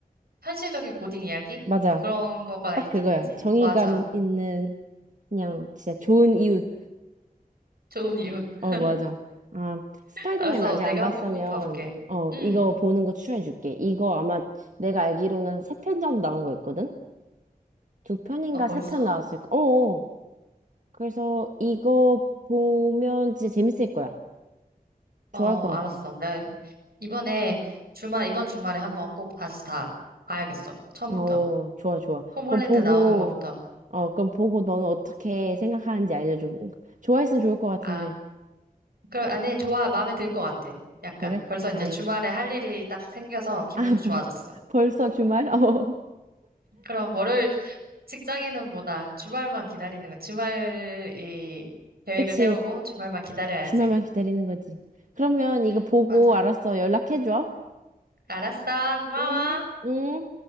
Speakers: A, on the right (about 85°); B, on the right (about 55°).
A: 현실적인 고딩 이야기?
B: 맞아.
A: 그런 거가
B: 딱
A: 있긴
B: 그거야.
A: 있지.
B: 정의감
A: 어, 맞아.
B: 있는, 그냥 진짜 좋은 이웃.
A: 좋은 이웃. <laughs>
B: 어, 맞아. 아, 스파이더맨
A: 알았어.
B: 아직
A: 내가
B: 안 봤으면,
A: 한번 꼭 봐볼게.
B: 어,
A: 응.
B: 이거 보는 거 추천해줄게. 이거 아마 내가 알기로는 한 세 편 정도 나온 거 있거든? 두 편인가
A: 아, 벌써?
B: 세 편 나왔을 거. 어어. 그래서 이거 보면 진짜 재밌을 거야.
A: 어,
B: 좋아할 것
A: 알았어.
B: 같아.
A: 나 이번에 주말, 이번 주말에 한번 꼭 다시 다 봐야겠어. 처음부터.
B: 어, 좋아, 좋아.
A: 홈
B: 그럼
A: 홀랜드
B: 보고,
A: 나오는 거부터.
B: 어, 그럼 보고 너는 어떻게 생각하는지 알려줘. 좋아했으면 좋을 것 같은데.
A: 아, 그럼, 아, 네, 좋아. 마음에 들 것 같아. 약간.
B: 그래?
A: 벌써
B: 다행.
A: 이제 주말에 할 일이 딱 생겨서 기분도
B: 아, 벌,
A: 좋아졌어.
B: 벌써 주말? <laughs> 어.
A: 그럼 월요일 직장인은 뭐다. 주말만 기다리는 거. 주말이 계획을
B: 그치?
A: 세우고 주말만 기다려야지.
B: 주말만 기다리는 거지. 그러면 이거
A: 응,
B: 보고
A: 맞아.
B: 알았어. 연락해줘.
A: 알았어. 고마워.
B: 응? 응?